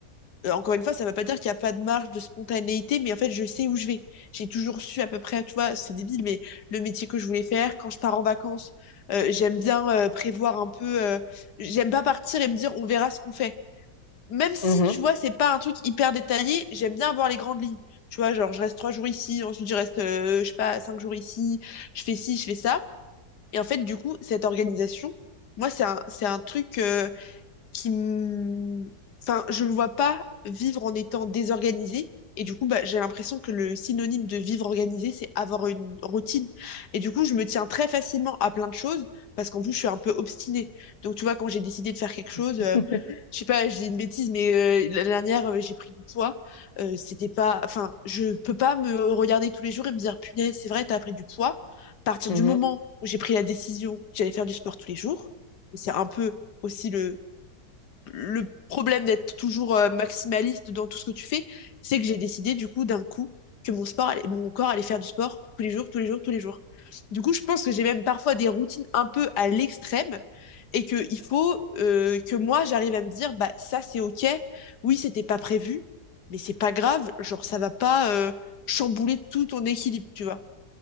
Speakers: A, on the left; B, on the left.
A: Euh, encore une fois, ça ne veut pas dire qu'il n'y a pas de marge de spontanéité, mais en fait, je sais où je vais. J'ai toujours su à peu près, tu vois, c'est débile, mais le métier que je voulais faire, quand je pars en vacances, euh, j'aime bien euh, prévoir un peu. euh, j'aime pas partir et me dire on verra ce qu'on fait même si,
B: Mhm.
A: tu vois, c'est pas un truc hyper détaillé, j'aime bien voir les grandes lignes. Tu vois, genre, je reste trois jours ici, ensuite je reste, euh, je sais pas, cinq jours ici, je fais ci, je fais ça. Et en fait, du coup, cette organisation, moi, c'est un, c'est un truc, euh, qui m- enfin je me vois pas vivre en étant désorganisée et du coup bah, j'ai l'impression que le synonyme de vivre organisé c'est avoir une routine et du coup je me tiens très facilement à plein de choses parce qu'en plus je suis un peu obstinée donc tu vois quand j'ai décidé de faire quelque chose
B: <laughs>
A: euh, je sais pas je dis une bêtise mais euh, la dernière euh, j'ai pris du poids Euh, c'était pas enfin je peux pas me regarder tous les jours et me dire punaise c'est vrai t'as pris du poids à partir
B: Mhm.
A: du moment où j'ai pris la décision que j'allais faire du sport tous les jours et c'est un peu aussi le le problème d'être toujours euh, maximaliste dans tout ce que tu fais, c'est que j'ai décidé du coup d'un coup que mon sport, allait- mon corps allait faire du sport tous les jours, tous les jours, tous les jours. Du coup, je pense que j'ai même parfois des routines un peu à l'extrême et que il faut euh, que moi j'arrive à me dire bah ça c'est ok, oui c'était pas prévu, mais c'est pas grave, genre ça va pas euh, chambouler tout ton équilibre, tu vois.